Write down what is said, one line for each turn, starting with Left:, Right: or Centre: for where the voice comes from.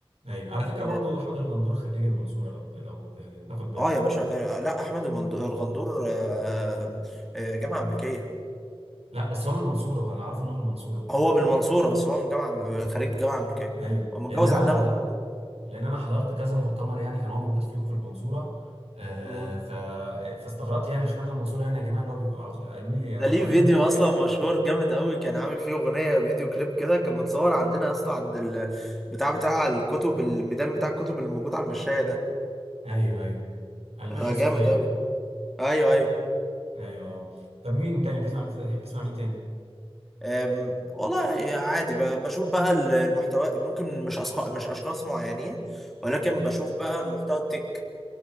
Right: ايوه على فكره
Centre: اه
Right: برضو احمد الغندور خريج المنصوره لو لو ت- تاخد بالك
Centre: آه يا باشا آه، آه، لا احمد المند- الغندور آه، آه، آه، جامعه امريكيه
Right: لا بس هو من المنصوره انا عارف ان هو من المنصوره
Centre: هو من المنصوره بس هو من جامعه خريج جامعه امريكيه
Right: ايوه
Centre: هو متجوز
Right: لان انا
Centre: عندها من
Right: لان انا حضرت كذا مؤتمر يعني كان هو موجود فيهم في المنصوره آه
Centre: المنصوره
Right: ف فاستغربت يعني اشمعنى المنصوره يعني يا جماعه اللي هو بيكون على طول قالوا لي يا جماعه
Centre: ده ليه
Right: قالوا
Centre: فيديو
Right: لي هو
Centre: اصلا مشهور جامد قوي كان عامل فيه اغنيه فيديو كليب كده كان متصور عندنا يا اسطى عند ال- بتاع بتاع الكتب الميدان بتاع الكتب اللي موجود على المشايه ده
Right: ايوه ايوه على المشاية
Centre: آه، جامد
Right: السفليه
Centre: قوي ايوه ايوه
Right: ايوه طب مين تاني بتسمع بتحب تسمع مين تاني؟
Centre: أم، والله عادي ب- بشوف بقى ال- المحتوى ممكن مش أشخاص مش اشخاص معينين ولكن بشوف بقى المحتوى التك